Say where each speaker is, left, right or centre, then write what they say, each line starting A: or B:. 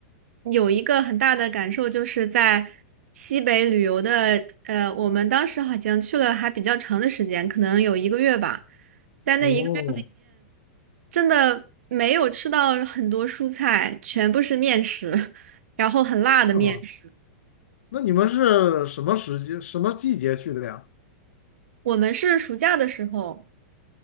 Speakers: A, on the right; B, on the left.
A: 有一个很大的感受，就是在西北旅游的，呃，我们当时好像去了还比较长的时间，可能有一个月吧，在那一个月
B: 哦，
A: 真的没有吃到很多蔬菜，全部是面食，<laughs> 然后很辣的面食。
B: 是吗？那你们是什么时节、什么季节去的呀？
A: 我们是暑假的时候。